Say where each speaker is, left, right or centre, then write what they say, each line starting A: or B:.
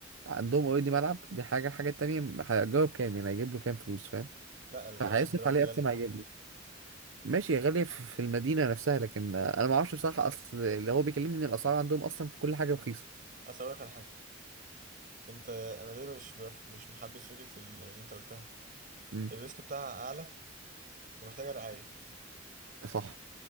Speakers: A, on the right; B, on the right.
A: عندهم اوريدي ملعب دي حاجه الحاجه التانيه هيجرب كام يعني هيجيب له كام فلوس فاهم
B: لا الملاعب
A: فهيصرف
B: دلوقتي
A: عليه
B: غاليه
A: اكتر ما هيجيب له ماشي يا غالية في في المدينه نفسها لكن آه، انا ما اعرفش بصراحه اصل اللي هو بيكلمني ان الاسعار عندهم اصلا في كل حاجه رخيصه
B: اصل اقول لك على حاجه انت انا ليه مش بف... مش محبس فكره ال- اللي انت قلتها
A: امم
B: الريسك بتاعها اعلى ومحتاجه رعايه
A: صح